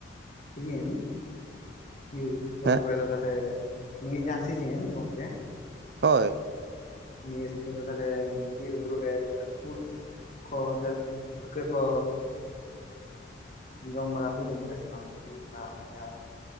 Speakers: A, on the left (about 40°); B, on the right (about 60°).
A: ᱥᱤᱡᱤᱱ <unintelligible> ᱦᱩᱲᱩ
B: ᱦᱮᱸ
A: ᱠᱚᱨᱮ ᱫᱚ ᱛᱟᱦᱚᱞᱮ ᱱᱤᱭᱟᱹ ᱡᱟᱦᱟᱸ ᱥᱤᱡᱤᱱ ᱜᱚᱝᱠᱮ,
B: ᱦᱳᱭ ᱾
A: ᱱᱤᱭᱟᱹ ᱥᱤᱡᱤᱱ ᱫᱚ ᱛᱟᱦᱚᱞᱮ ᱵᱤᱨ ᱵᱩᱨᱩᱨᱮ ᱩᱫᱽ ᱠᱚ ᱥᱮ ᱯᱩᱴᱠᱟᱹ ᱠᱚ ᱡᱚᱢ ᱵᱟᱲᱟ ᱦᱩᱭ ᱞᱮᱱ ᱜᱮᱭᱟ ᱥᱮ ᱵᱟᱝ ᱵᱤᱨ ᱨᱮᱱᱟᱜ ᱚᱱᱟ ᱡᱟᱦᱟᱸ